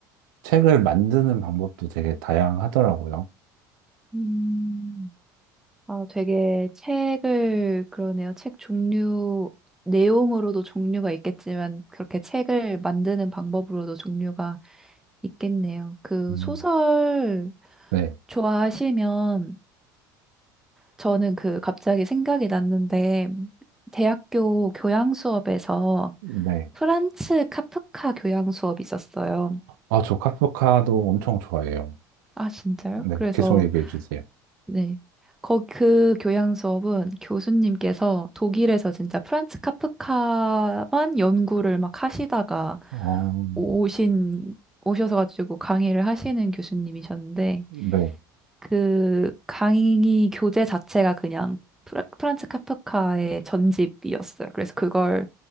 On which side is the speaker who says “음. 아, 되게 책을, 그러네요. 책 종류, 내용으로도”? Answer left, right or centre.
Centre